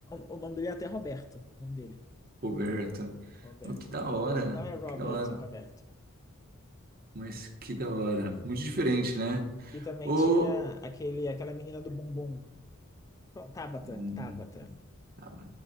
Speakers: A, on the left; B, on the right.
A: o o nome dele é até Roberto. O nome dele.
B: Roberta.
A: Roberto.
B: Oh, que da hora.
A: Não é Robert,
B: Que da hora.
A: é Roberto.
B: Mas que da hora. Muito diferente, né?
A: E também
B: Ou.
A: tinha aquele, aquela menina do bumbum. Bom, Tabata,
B: Hum,
A: Tabata.
B: Tá,